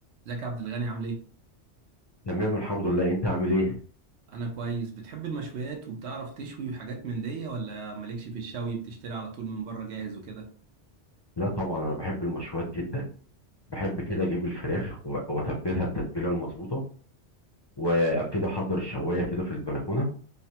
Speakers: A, on the right; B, on the left.
A: ازيك يا عبد الغني عامل ايه؟
B: تمام الحمد لله انت عامل ايه
A: انا كويس بتحب المشويات وبتعرف تشوي وحاجات من دي ولا مالكش في الشوي بتشتري على طول من بره جاهز وكده؟
B: لا طبعا انا بحب المشويات جدا بحب كده اجيب الفراخ و- واتبلها التتبيله المظبوطه وابتدي احضر الشوايه كده في البلكونه